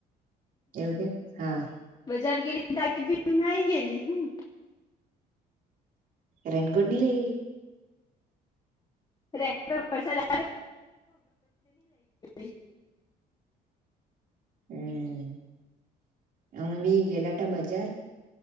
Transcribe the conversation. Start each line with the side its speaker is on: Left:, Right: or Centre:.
Right: એવું કે, હા!
Left: જર ગેલી તાકી ભી ગેલી હમ.
Right: રનગોડની લઈ?
Left: ટ્રેક્ટર ફસાય <unintelligible>
Right: હમ્મ <inaudible> અમી ગેલા હતા બજાર